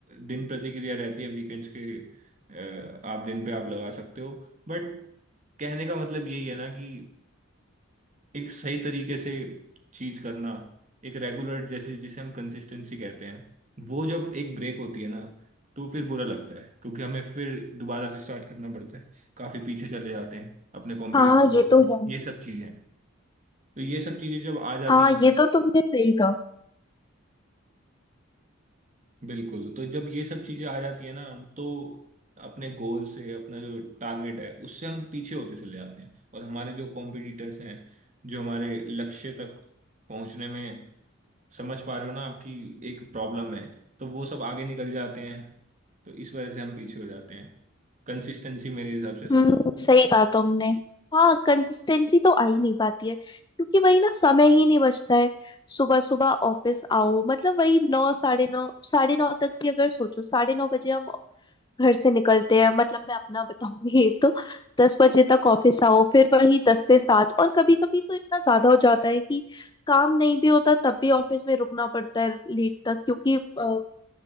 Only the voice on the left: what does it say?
हाँ ये
तो है
हाँ
ये तो तुमने सही कहा
हम्म सही
कहा तुमने हाँ कंसिस्टेंसी तो आ ही नहीं पाती है क्योंकि वही ना समय ही नहीं बचता है सुबह सुबह ऑफिस आओ मतलब वही नौ साढ़े नौ साढ़े नौ तक भी अगर सोचो साढ़े नौ बजे हम घर से निकलते हैं मतलब मैं अपना बताऊंगी तो दस बजे तक ऑफिस आओ फिर वही दस से सात और कभी कभी तो इतना ज्यादा हो जाता है कि काम नहीं भी होता तब भी ऑफिस में रुकना पड़ता है लेट तक क्योंकि अ,